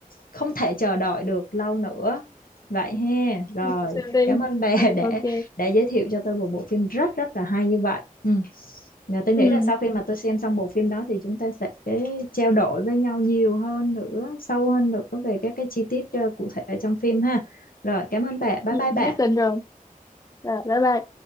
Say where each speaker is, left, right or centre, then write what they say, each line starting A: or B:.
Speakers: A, on the left; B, on the left.
A: không thể chờ đợi được lâu nữa vậy ha rồi
B: ừ. xem đi
A: cảm ơn bà <laughs>
B: ừ
A: đã
B: ok
A: đã giới thiệu cho tôi một bộ phim rất rất là hay như vậy ừ. Là tôi nghĩ
B: ừ
A: là sau khi mà tôi xem xong bộ phim đó thì chúng ta sẽ trao đổi với nhau nhiều hơn nữa sâu hơn nữa về các cái chi tiết ờ, cụ thể ở trong phim ha rồi cảm ơn bà bye
B: ừ
A: bye bà
B: nhất định rồi rồi bye bye